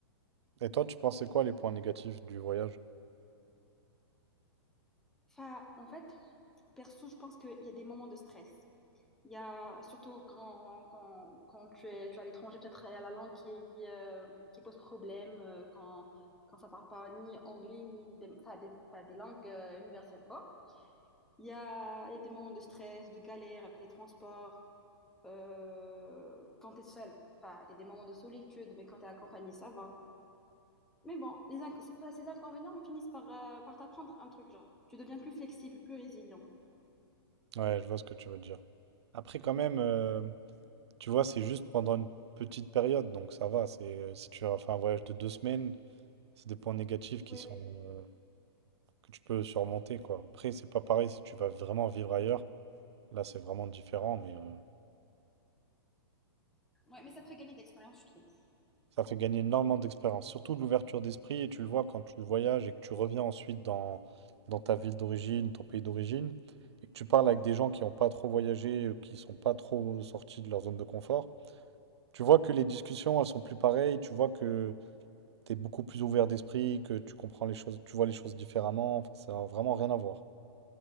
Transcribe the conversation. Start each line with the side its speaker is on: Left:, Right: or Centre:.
Right: Et toi, tu pensais quoi les points négatifs du voyage?
Centre: Enfin, en fait, perso, je pense qu'il y a des moments de stress. Il y a surtout quand, quand, quand tu es, tu es à l'étranger, peut-être il y a la langue qui, euh, qui pose problème, euh, quand, quand ça parle pas ni anglais, ni des, enfin, des, enfin, des langues euh, universelles, quoi. Il y a, il y a des moments de stress, de galère avec les transports, euh, quand tu es seul. Enfin, il y a des moments de solitude, mais quand tu es accompagné, ça va. Mais bon, les inc- ces, ces inconvénients, ils finissent par, euh, par t'apprendre un truc, genre. Tu deviens plus flexible, plus résilient.
Right: Ouais, je vois ce que tu veux dire. Après, quand même. euh, Tu vois, c'est juste pendant une petite période, donc ça va. C'est, euh, si tu as fait un voyage de deux semaines, c'est des points négatifs qui
Centre: Oui,
Right: sont,
Centre: oui.
Right: euh, que tu peux surmonter, quoi. Après, c'est pas pareil si tu vas vraiment vivre ailleurs. Là, c'est vraiment différent, mais euh,
Centre: Ouais, mais ça te fait gagner de l'expérience, je trouve.
Right: ça fait gagner énormément d'expérience. Surtout de l'ouverture d'esprit, et tu le vois quand tu voyages et que tu reviens ensuite dans, dans ta ville d'origine, ton pays d'origine, et que tu parles avec des gens qui n'ont pas trop voyagé, euh, qui sont pas trop sortis de leur zone de confort. Tu vois que les discussions, elles sont plus pareilles, tu vois que t'es beaucoup plus ouvert d'esprit, que tu comprends les choses, tu vois les choses différemment. Enfin, ça n'a vraiment rien à voir.